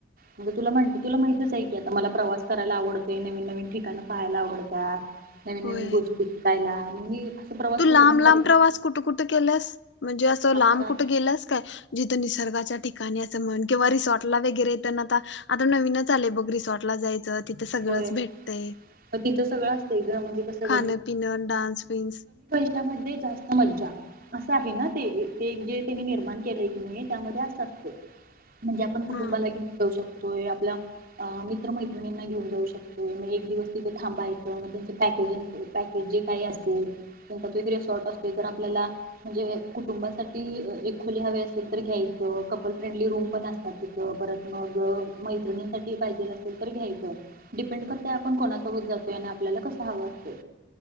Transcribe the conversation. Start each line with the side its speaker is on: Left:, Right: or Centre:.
Right: म्हणजे तुला म्हणते तुला माहितच आहे की आता मला प्रवास करायला आवडतय नवीन-नवीन ठिकाण पाहायला आवडतात. नवीन
Left: होय
Right: नवीन गोष्टी शिकायला मग मी असं प्रवास
Left: तू लांब
Right: कुठे पण
Left: लांब
Right: करत
Left: प्रवास कुठ-कुठ केलस? म्हणजे अस
Right: आता
Left: लांब कुठे गेलस काय जि तर निसर्गाच्या ठिकाणी असं म्हण किंवा रिसॉर्टला वगैरे आता आता नवीनच आलय बघ रिसॉर्टला जाय तर तिथ सगळच
Right: होय
Left: भेटतय
Right: मग तिथं सगळं असतंय ग म्हणजे कसं
Left: खान- पिनं, डान्स-बिंन्स
Right: त्यामध्ये जास्त मज्जा असं आहे ना ते ए ते जे त्यांनी निर्माण केले एकीने त्यामध्ये असं असते. म्हणजे आपण कुटंबाला
Left: हा
Right: घेउन जाऊ शकतो. तोय आपल्या आ मित्रमैत्रिणींना घेऊन जाउ शकतो आहे मग एक दिवस तिथ थांबायचं मग त्यांचे पॅकेजिंग पॅकेज जे काही असेल त्यांचा तो एक रिसॉर्ट असतो, जर आपल्याला म्हणजे कुटुंबासाठी अ एक खुले हवे असेल तर घ्यायचं, कपल फ्रेंडली रूम पण असतात तिथं परत मग मैत्रिणींसाठी पाहिजेल असेल तर घ्यायचं डिपेंड करतं आपण कोणासोबत जातोय आणि आपल्याला कसं हवं असतं.